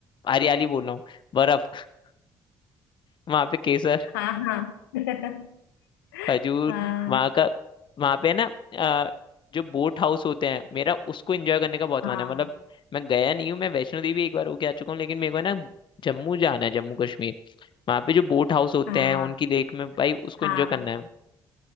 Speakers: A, on the left; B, on the left.
A: हरियाली बोल रहा हूँ बर्फ <laughs> वहाँ पे केसर
B: हाँ हाँ <laughs>
A: खजूर
B: हाँ
A: वहाँ का वहाँ पे है ना अ, जो बोट हाउस होते हैं मेरा उसको एंजॉय करने का बहुत
B: हाँ
A: मन है मतलब मैं गया नहीं हूँ मैं वैष्णो देवी एक बार होके आ चुका हूँ लेकिन मेरे को है ना जम्मू जाना है जम्मू कश्मीर वहां पे जो बोट हाउस होते
B: हाँ
A: हैं उनकी लेक में भाई उसको
B: हाँ
A: एंजॉय करना है